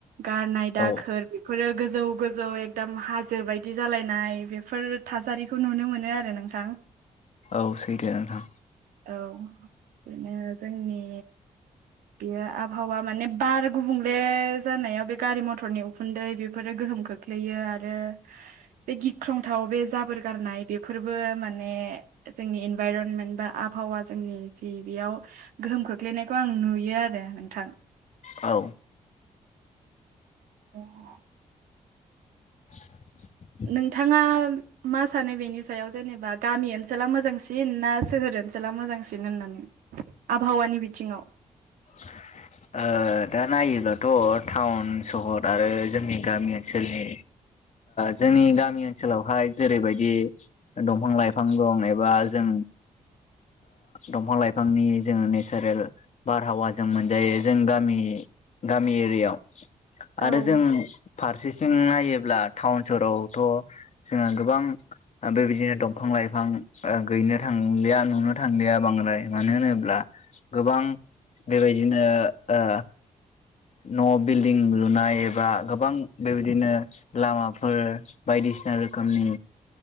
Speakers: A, on the right; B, on the left.
A: गारनाय दाखोर
B: औ
A: र गोजौ गोजौ एकदम हाजो बायदि जालायनाय बेफोर थासारि खौ नुनो मोनो आरो नोंथां।
B: औ सैथो नोंथां।
A: औ बेनो जोंनि बेयो आबहावा माने बार गुबुंले जानायाव बे गारि मथर थरनि उखुन्दै बेफोरो गोहोम खोख्लैयो आरो बे गिख्रंथाव बे जाबोर गारनाय बेफोरबो माने जोंनि इनभाइरनमेन्ट बा आबहावा जोंनि जि बेयाव गोहोम खोख्लैनायखौ आं नुयो आरो नोंथां।
B: औ।
A: <inaudible>
B: <inaudible>
A: नोंथाङा मा सानो बेनि सायाव जेनेबा गामि ओनसोला मोजांसिन ना सोहोर ओनसो हला मोजांसिन होननानै आबहावानि बिथिङाव
B: <inaudible> ओ दा नायोब्लाथ' टाउन सहर आरो जोंनि गामि ओनसोलनि जोंनि गामि ओनसोलावहाय जेरैबायदि दंफां लाइफां दं एबा जों दंफां लाइफांनि जोङो नेचारेल बारहावाजों मोनजायो जों गामि गामि एरियायाव। आरो
A: औ
B: जों फारसेथिं नायोब्ला टाउन सहरावथ' जोङो गोबां बेबायदिनो दंफां लाइफां गैनो थांलिया नुनो थांलिया बांद्राय मानो होनोब्ला गोबां बेबायदिनो ओ न' बिल्डिं लुनाय एबा गोबां बेबायदिनो लामाफोर बायदिसिना रोखोमनि